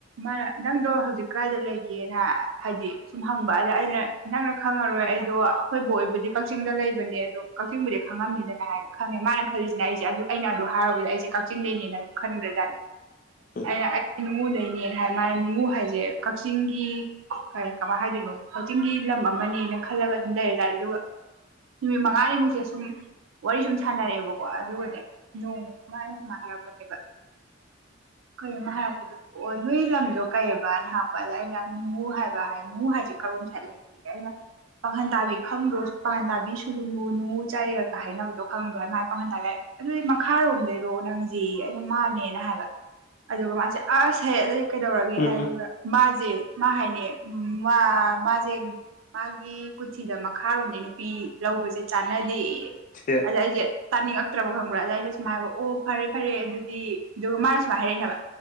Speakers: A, on the right; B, on the left.
A: ꯃꯥꯅ ꯅꯪꯗꯣ ꯍꯧꯖꯤꯛ ꯀꯥꯏꯗ ꯂꯩ ꯦꯅ ꯍꯥꯏꯗꯤ ꯁꯨꯝ ꯍꯪꯕ ꯑꯗ ꯑꯩꯅ ꯅꯪꯅ ꯈꯪꯉꯔꯣꯏ ꯑꯩꯗꯣ ꯑꯩꯈꯣꯏꯕꯨ ꯑꯣꯏꯕꯨꯗꯤ ꯀꯛꯆꯤꯡꯗ ꯂꯩ ꯂꯩꯕꯅꯦ ꯑꯗꯣ ꯀꯛꯆꯤꯡꯕꯨꯗꯤ ꯈꯪꯉꯝꯅꯤꯗꯅ ꯍꯥꯏ ꯈꯪꯉꯦ ꯃꯥꯅ ꯈꯜꯂꯤꯁꯤꯅ ꯑꯩꯁꯦ ꯑꯗꯨ ꯑꯩꯅ ꯑꯗꯨ ꯍꯥꯏꯔꯨꯕꯗꯤ ꯑꯩꯁꯦ ꯀꯛꯆꯤꯡ ꯂꯩꯅꯤ ꯈꯟꯗ꯭ꯔꯖꯥꯠꯅꯦ
B: ꯎꯝ
A: ꯑꯩꯅ ꯑꯩ ꯅꯨꯡꯉꯨꯗꯩꯅꯦꯅ ꯍꯥꯏ ꯃꯥꯅ ꯅꯨꯡꯉꯨ ꯍꯥꯏꯁꯦ ꯀꯛꯆꯤꯡ ꯀꯛꯆꯤꯡꯒꯤ ꯀꯃꯥꯏ ꯍꯥꯏꯗꯣꯏꯅꯣ ꯀꯛꯆꯤꯡꯒꯤ ꯂꯝ ꯑꯃꯅꯦꯅ ꯈꯜꯂꯒ ꯑꯗꯨꯝ ꯂꯩꯔ ꯇꯥꯔꯦ ꯑꯗꯨꯒ ꯅꯨꯃꯤꯠ ꯃꯉꯥꯅꯤꯃꯨꯛꯁꯦ ꯁꯨꯝ꯫ ꯋꯥꯔꯤ ꯁꯨꯝ ꯁꯥꯟꯅꯔꯛꯑꯦꯕꯀꯣ ꯑꯗꯨꯒꯅꯦ ꯅꯣꯡꯃꯃ ꯁꯨꯃꯥꯏꯅ ꯍꯥꯏꯔꯛꯄꯅꯦꯕ꯫ ꯀꯩꯅꯣꯃ ꯍꯥꯏꯔꯛꯄꯗꯄꯣꯛ ꯑꯣ ꯅꯣꯏ ꯂꯝꯗꯣ ꯀꯩꯑꯕꯅ ꯍꯥꯏ꯫ ꯄꯗ ꯑꯩꯅ ꯅꯨꯡꯉꯨ ꯍꯥꯏꯕ ꯅꯨꯡꯉꯨ ꯍꯥꯏꯁꯦ ꯀꯔꯣꯝꯁꯥꯏ ꯂꯩꯒ ꯑꯩꯅ꯫ ꯄꯥꯡꯈꯟ ꯇꯥꯕꯤ ꯈꯪꯗ꯭ꯔꯣ ꯄꯥꯡꯈꯟ ꯇꯥꯕꯤ ꯁꯨꯅꯨ ꯅꯨꯡꯉꯨ ꯆꯥꯏꯔꯒ ꯍꯥꯏꯅꯕꯗꯣ ꯈꯪꯕ꯭ꯔꯥ ꯃꯥꯥꯏ ꯄꯥꯈꯟ ꯇꯥ ꯑꯗꯨꯗꯤ ꯃꯈꯥꯔꯣꯝꯗꯩꯔꯣ ꯅꯥꯪꯖꯦ ꯑꯩꯅ ꯃꯥꯅꯦꯅ ꯍꯥꯏꯕ ꯑꯗꯨꯒ ꯃꯥꯁꯦ ꯑꯁ ꯍ ꯑꯗꯩꯩ ꯀꯩꯗꯧꯔꯒꯦ
B: ꯎꯝ
A: ꯍꯥꯏꯔꯦ ꯑꯗꯨ꯫
B: ꯎꯝ
A: ꯃꯥꯖꯦ ꯃ ꯍꯩꯅꯦ ꯃꯥꯖꯦ꯫ ꯃꯥꯒꯤ ꯀꯨꯊꯤꯗ ꯃꯈꯥꯔꯣꯝꯗꯩ ꯅꯨꯄꯤ ꯂꯧꯕꯁꯦ ꯆꯥꯟꯅꯗꯦꯌꯦ꯫
B: ꯁꯦ
A: ꯑꯗꯩꯩ ꯑꯩꯖꯦ ꯇꯅꯤꯡꯉꯛ ꯇ꯭ꯔꯕ ꯈꯪꯕ꯭ꯔꯥ ꯑꯗꯨꯗꯏꯩꯅ ꯁꯨꯝꯥꯏ ꯍꯥꯏꯕ ꯑꯣ ꯐꯔꯦ ꯐꯔꯦ ꯑꯗꯨꯗꯤ ꯑꯗꯨꯒ ꯃꯥꯅ ꯁꯨꯝ ꯍꯥꯏꯔꯛꯑꯏꯅꯦꯕ꯫